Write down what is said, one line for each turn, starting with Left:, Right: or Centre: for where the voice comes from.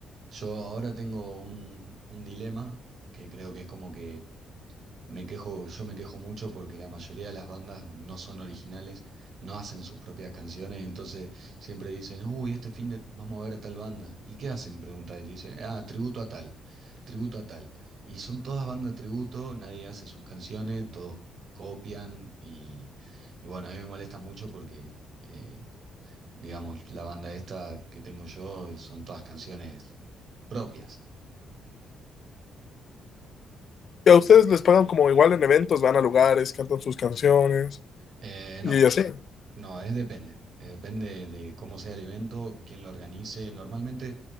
Right: Yo ahora tengo un, un dilema que creo que es como que me quejo, yo me quejo mucho porque la mayoría de las bandas no son originales, no hacen sus propias canciones, entonces siempre dicen, uy, este fin de vamos a ver a tal banda. ¿Y qué hacen? Pregunta y te dicen, ah, tributo a tal, tributo a tal. Y son todas bandas tributo, nadie hace sus canciones, todos copian y, y bueno, a mí me molesta mucho porque... eh, Digamos, la banda esta que tengo yo eh, son todas canciones propias.
Left: Y a ustedes les pagan como igual en eventos, van a lugares, cantan sus canciones
Right: Eh,
Left: y
Right: no,
Left: así,
Right: no, es depende. Eh, depende de cómo sea el evento, quién lo organice. Normalmente,